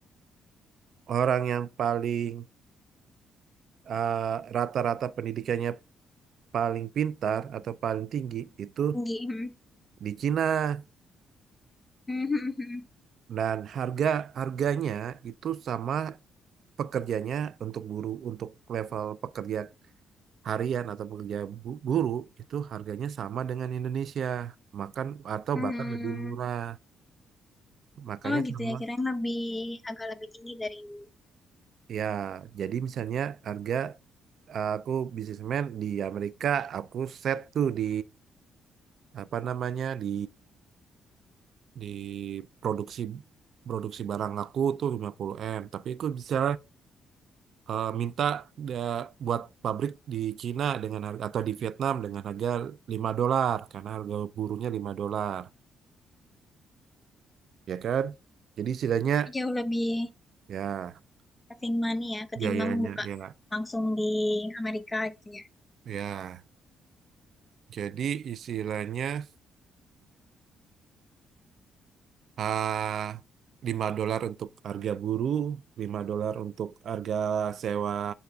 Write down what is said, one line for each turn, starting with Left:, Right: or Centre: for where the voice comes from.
Right: orang yang paling eh, rata-rata pendidikannya paling pintar atau paling tinggi itu
Left: Tinggi. Hmm.
Right: di Cina
Left: hmm, hmm, hmm,
Right: dan harga harganya itu sama pekerjanya untuk guru untuk level pekerja harian atau pekerja bu- guru itu harganya sama dengan Indonesia makan atau
Left: hmm,
Right: bahkan
Left: hmm,
Right: lebih murah
Left: hmm.
Right: makanya
Left: Oh gitu
Right: sama
Left: ya, kirain lebih agak lebih tinggi dari ini.
Right: ya jadi misalnya harga eh, aku bisnismen di Amerika aku set tuh di apa namanya di di produksi produksi barang aku tuh lima puluh m tapi aku bisa eh, minta da- buat pabrik di Cina dengan harga atau di Vietnam dengan harga lima dolar karena harga buruhnya lima dolar ya kan jadi istilahnya
Left: jauh lebih
Right: ya
Left: saving money ya ketimbang
Right: biayanya
Left: buka
Right: ya
Left: langsung di Amerika gitu ya.
Right: ya jadi istilahnya ah 5 dolar untuk harga buruh 5 dolar untuk harga sewa